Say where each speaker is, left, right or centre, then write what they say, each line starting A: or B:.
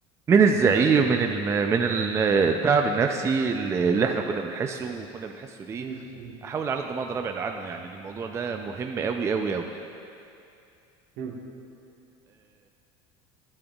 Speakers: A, on the right; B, on the right.
A: من الزعيق
B: ايوه
A: من الم... من ال- التعب النفسي اللي احنا كنا بنحسه وكنا بنحسه ليه
B: مم. مم.
A: احاول على قد ما اقدر ابعد عنه يعني الموضوع ده مهم قوي قوي قوي
B: مم.